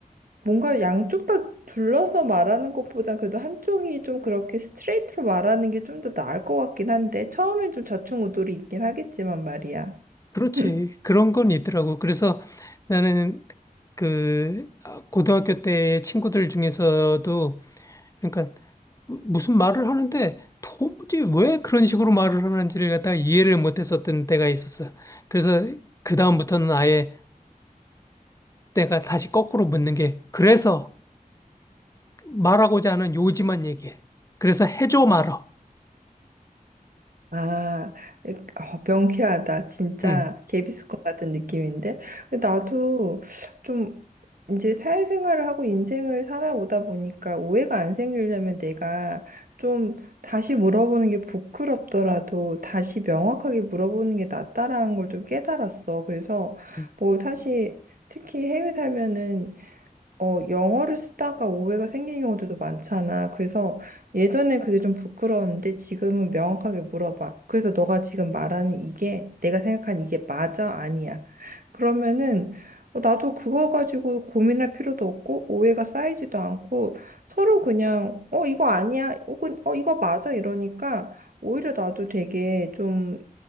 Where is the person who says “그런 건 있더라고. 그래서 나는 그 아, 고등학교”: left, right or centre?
Left